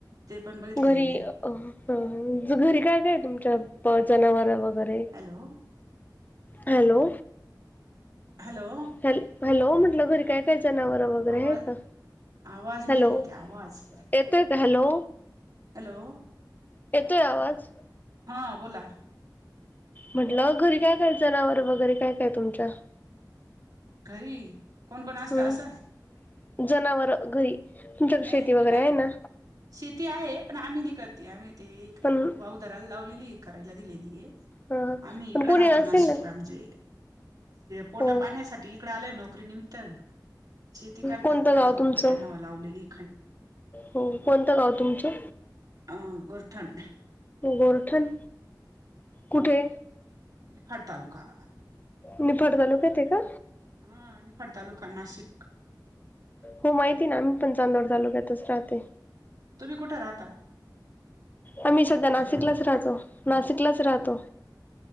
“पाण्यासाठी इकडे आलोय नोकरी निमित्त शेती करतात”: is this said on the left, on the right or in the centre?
Right